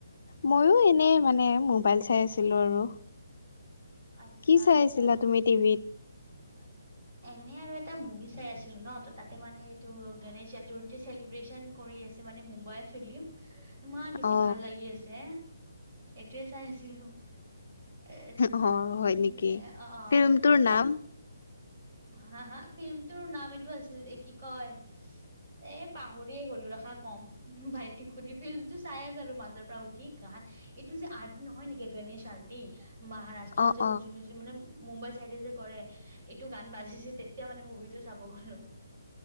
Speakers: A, on the left (about 55°); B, on the right (about 50°).
A: ময়ো এনেই মানে, মোবাইল চাই আছিলো আৰু।
B: আচ্ছা
A: কি চাই
B: আচ্ছা
A: আছিলা তুমি টিভিত?
B: <inaudible> এনে আৰু এটা মুভি চাই আছিলো ন, ত' তাতে মানে এইটো গণেশ চতুৰ্থী চেলিব্ৰেচন কৰি আছে মানে মুম্বাইৰ ফিল্ম ইমান বেছি
A: অ
B: ভাল লাগি আছে, এইটোৱে চাই আছিলোঁ। এ,
A: অ হয়
B: উঁ,
A: নেকি
B: অ' অঁ।
A: ফিল্মটোৰ
B: তোমাক
A: নাম
B: হা-হা? ফিল্মটোৰ নাম এইটো আছিল, এ কি কয়! এ পাহৰিয়ে গলো ৰ'খা কম, ভাইটিক সুধি ফিল্মতো চাই <unintelligible> আৰু মাজৰ পৰা উঠি গান এইটো যে আৰ্টি নহয় নেকি? গণেশ আৰ্টি, এই মহাৰাষ্ট্ৰত
A: অ
B: যে
A: অ
B: যোনে যো মানে মুম্বাই চাইডে যে কৰে। এইটো গান বাজিছে তেতিয়া মানে মুভিটো চাব গলোঁ।